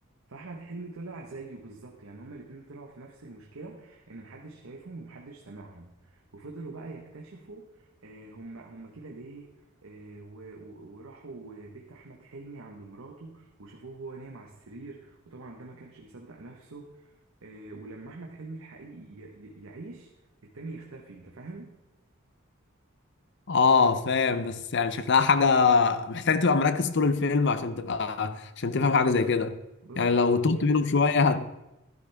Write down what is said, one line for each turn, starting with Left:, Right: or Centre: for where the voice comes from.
Right: فاحمد حلمي طلع زيه بالظبط يعني هما الاتنين طلعوا في نفس المشكله ان محدش شايفهم ومحدش سامعهم وفضلوا بقى يكتشفوا آه، هما هما كده ليه آه، و- و- وراحوا بيت احمد حلمي عند مراته وشافوه هو نايم على السرير وطبعا ده ما كانش مصدق نفسه آه، ولما احمد حلمي الحقيقي ي- ي- يعيش التاني يختفي انت فاهم
Left: اه فاهم بس يعني شكلها حاجة محتاج تبقى مركز طول الفيلم عشان تبقى عشان تفهم حاجة زي كده
Right: بص
Left: يعني لو
Right: حرفيا
Left: تهت منهم شوية هت